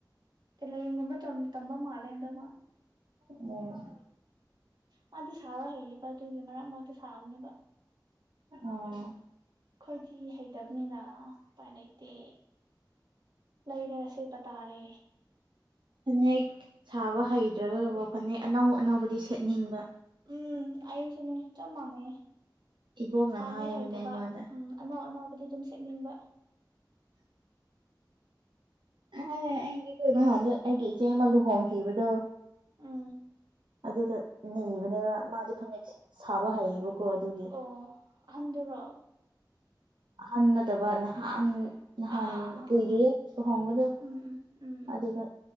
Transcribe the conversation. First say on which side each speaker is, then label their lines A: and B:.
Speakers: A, on the right; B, on the right.
A: ꯇꯦꯂꯦꯟꯒꯨꯝꯕ ꯇꯝꯕ ꯃꯥꯜꯂꯦ ꯍꯥꯟꯗꯥꯛ ꯃꯥ
B: ꯎꯝ
A: ꯃꯥꯗꯤ ꯁꯥꯕ ꯍꯩꯕ ꯑꯗꯨꯒꯤ ꯃꯔꯛ ꯃꯔꯛꯇ ꯁꯥꯕꯅꯦꯕ꯫
B: ꯑꯣ꯫
A: ꯑꯩꯈꯣꯏꯗꯤ ꯍꯩꯇꯕꯅꯤꯅ ꯎꯄꯥꯏ ꯂꯩꯩꯇꯦ꯫ ꯂꯩꯔꯒ ꯁꯦꯠꯄ ꯇꯥꯔꯦ꯫
B: ꯐꯅꯦꯛ ꯁꯥꯕ ꯍꯩꯇ꯭ꯔꯒꯀꯣ ꯐꯅꯦꯛ ꯑꯅꯧ ꯑꯅꯧꯕꯗꯤ ꯁꯦꯠꯅꯤꯡꯕ꯫
A: ꯎꯝ ꯑꯩꯁꯨꯅꯤ ꯆꯥꯄ ꯃꯥꯅꯩꯌꯦ꯫
B: ꯏꯕꯣꯛꯅ
A: ꯁꯥꯕꯗꯤ
B: ꯍꯥꯏꯕꯅꯦ
A: ꯍꯩꯇꯕ
B: ꯑꯩꯉꯣꯟꯗ
A: ꯎꯝ ꯑꯅꯧ ꯑꯅꯧꯕꯗꯤ ꯑꯗꯨꯝ ꯁꯦꯠꯅꯤꯡꯕ꯫
B: ꯑꯦ ꯑꯩꯒꯤ ꯀꯩꯅꯣꯗ ꯑꯩꯒꯤ ꯏꯆꯦ ꯑꯃ ꯂꯨꯍꯣꯡꯈꯤꯕꯗꯣ꯫
A: ꯎꯝ꯫
B: ꯑꯗꯨꯗ ꯅꯤꯕꯅꯦꯕ ꯃꯥꯗꯤ ꯐꯅꯦꯛ ꯁꯥꯕ ꯍꯩꯌꯦꯕꯀꯣ ꯑꯗꯨꯒꯤ꯫
A: ꯑꯣ ꯑꯍꯟꯗꯨꯔꯣ꯫
B: ꯑꯍꯟ ꯅꯠꯇꯕ ꯅꯍꯥꯟ ꯅꯍꯥꯟ
A: ꯑꯥ ꯑꯥ ꯑꯥ ꯑꯥ
B: ꯀꯨꯏꯗ꯭ꯔꯤꯌꯦ
A: ꯑꯥ
B: ꯂꯨꯍꯣꯡꯕꯗꯣ꯫
A: ꯎꯝ ꯎꯝ ꯎꯝ ꯎꯝ
B: ꯑꯗꯨꯗ